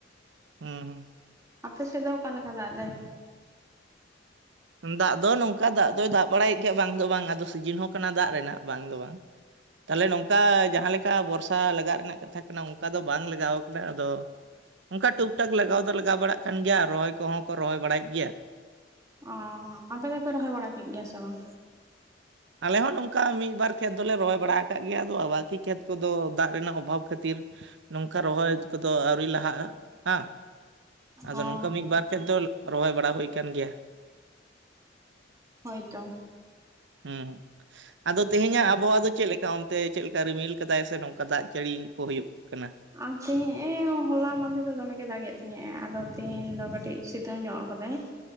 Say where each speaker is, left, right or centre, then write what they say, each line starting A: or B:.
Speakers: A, on the right; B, on the right.
A: ᱦᱩᱸ ᱦᱩᱸ
B: ᱟᱯᱮ ᱥᱮᱫ ᱫᱚ ᱚᱠᱟ ᱞᱮᱠᱟ ᱫᱟᱜ ᱫᱟᱭ
A: ᱫᱟᱜ ᱫᱚ ᱱᱚᱝᱠᱟ ᱫᱟᱜ ᱫᱚᱭ ᱫᱟᱜ ᱵᱟᱲᱟᱭᱮᱫ ᱜᱮᱭᱟ ᱵᱟᱝ ᱫᱚ ᱵᱟᱝ ᱟᱫᱚ ᱥᱤᱡᱤᱱ ᱦᱚᱸ ᱠᱟᱱᱟ ᱫᱟᱜ ᱨᱮᱱᱟᱜ ᱵᱟᱝ ᱫᱚ ᱵᱟᱝ ᱛᱟᱦᱚᱞᱮ ᱱᱚᱝᱠᱟ ᱡᱟᱦᱟᱸ ᱞᱮᱠᱟ ᱵᱚᱨᱥᱟ ᱞᱟᱜᱟᱜ ᱨᱮᱱᱟᱜ ᱠᱟᱛᱷᱟ ᱠᱟᱱᱟ ᱚᱱᱠᱟ ᱫᱚ ᱵᱟᱝ ᱞᱟᱜᱟᱣ ᱠᱟᱱᱟ ᱟᱫᱚ ᱚᱱᱠᱟ ᱴᱩᱠ ᱴᱟᱠ ᱞᱟᱜᱟᱣ ᱫᱚ ᱞᱟᱜᱟᱣ ᱵᱟᱲᱟᱜ ᱠᱟᱱ ᱜᱮᱭᱟ ᱨᱚᱦᱚᱭ ᱠᱚᱦᱚᱸ ᱠᱚ ᱨᱚᱦᱚᱭ ᱵᱟᱲᱟᱭᱮᱫ ᱜᱮᱭᱟ
B: ᱚ ᱟᱯᱮ ᱫᱚᱯᱮ ᱨᱚᱦᱚᱭ ᱵᱟᱲᱟ ᱠᱮᱫ ᱜᱮᱭᱟ ᱥᱮ ᱵᱟᱝ
A: ᱟᱞᱮ ᱦᱚᱸ ᱱᱚᱝᱠᱟ ᱢᱤᱫᱵᱟᱨ ᱠᱷᱮᱛ ᱫᱚᱞᱮ ᱨᱚᱦᱚᱭ ᱵᱟᱲᱟ ᱟᱠᱟᱫ ᱜᱮᱭᱟ ᱟᱫᱚ ᱵᱟᱹᱠᱤ ᱠᱷᱮᱛ ᱠᱚᱫᱚ ᱫᱟᱜ ᱨᱮᱱᱟᱜ ᱚᱵᱷᱟᱵᱽ ᱠᱷᱟᱹᱛᱤᱨ ᱱᱚᱝᱠᱟ ᱨᱚᱦᱚᱭ ᱠᱚᱫᱚ ᱟᱹᱣᱨᱤ ᱞᱟᱦᱟᱜᱼᱟ ᱦᱟ ᱟᱫᱚ
B: ᱚ
A: ᱱᱚᱝᱠᱟ ᱢᱤᱫᱵᱟᱨ ᱠᱷᱮᱫ ᱫᱚ ᱨᱚᱦᱚᱭ ᱵᱟᱲᱟ ᱦᱩᱭ ᱟᱠᱟᱱ ᱜᱮᱭᱟ
B: ᱦᱳᱭᱛᱳ
A: ᱦᱩᱸ ᱦᱩᱸ ᱟᱫᱚ ᱛᱮᱦᱮᱸᱧᱟᱜ ᱟᱵᱚᱣᱟᱜ ᱫᱚ ᱪᱮᱫ ᱞᱮᱠᱟ ᱟᱯᱮ ᱚᱱᱛᱮ ᱪᱮᱫ ᱞᱮᱠᱟ ᱨᱤᱢᱤᱞ ᱠᱟᱫᱟᱭ ᱥᱮ ᱱᱚᱝᱠᱟ ᱫᱟᱜ ᱡᱟᱹᱲᱤ ᱠᱚ ᱦᱩᱭᱩᱜ ᱠᱟᱱᱟ᱾
B: ᱟᱨ ᱛᱮᱦᱤᱧ ᱮ ᱦᱚᱞᱟ ᱢᱟᱫᱷᱮᱨ ᱫᱚ ᱫᱚᱢᱮ ᱜᱮ ᱫᱟᱜ ᱮᱫ ᱛᱟᱦᱮᱸ ᱟᱫᱚ ᱛᱤᱦᱤᱧ ᱫᱚ ᱠᱟᱹᱴᱤᱡ ᱥᱤᱛᱩᱝ ᱧᱚᱜ ᱠᱟᱫᱟᱭ